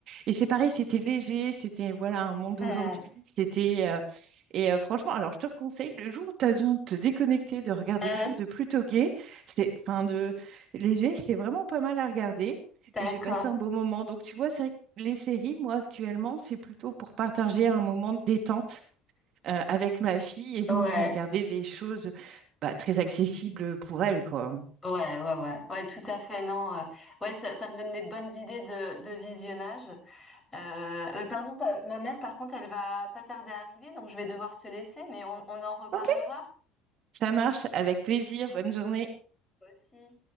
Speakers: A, on the right; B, on the left.
A: Et c'est pareil, c'était léger, c'était voilà un monde
B: Hmm,
A: d'aujourd'hui. C'était euh, et euh, franchement, alors je te conseille le jour où tu as besoin de te déconnecter, de regarder
B: hmm,
A: quelque chose de plutôt gai, c'est enfin de léger, c'est vraiment pas mal à regarder.
B: d'accord.
A: Et j'ai passé un beau moment. Donc tu vois, c'est vrai que les séries, moi actuellement, c'est plutôt pour partager un moment de détente euh, avec ma fille et donc
B: Ouais,
A: je vais regarder des choses bah, très accessibles pour elle, quoi.
B: ouais, ouais, ouais, ouais, tout à fait, non. euh, ouais, ça, ça me donne des bonnes idées de, de visionnage. Euh, euh, pardon, pa- ma mère, par contre, elle va pas tarder à arriver, donc je vais devoir te laisser, mais on, on en reparlera.
A: Ok, ça marche, avec plaisir. Bonne journée.
B: Toi aussi.